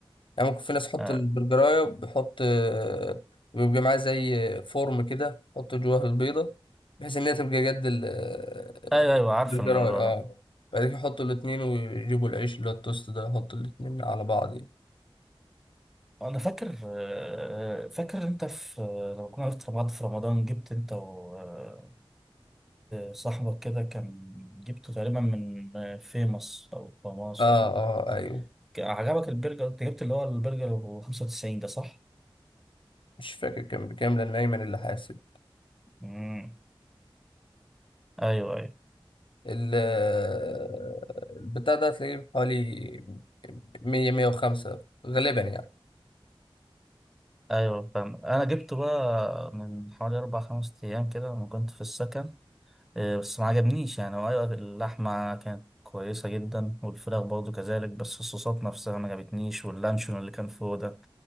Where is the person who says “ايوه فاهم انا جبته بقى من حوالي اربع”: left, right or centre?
Centre